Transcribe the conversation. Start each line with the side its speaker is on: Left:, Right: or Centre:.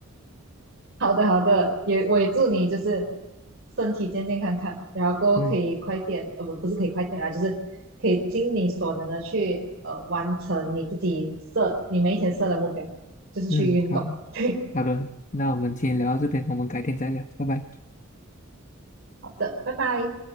Right: 好的，好的，也我也祝你就是身体健健康康，然后过后可以快点，
Left: 嗯
Right: 呃，不，不是可以快点啦，就是可以尽你所能的去呃完成你自己设你每一天设的目标，就是去运动。
Left: 嗯，好，
Right: <laughs> 对，
Left: 好的，那我们今天聊到这边，我们改天再聊，拜拜。
Right: 好的，拜拜。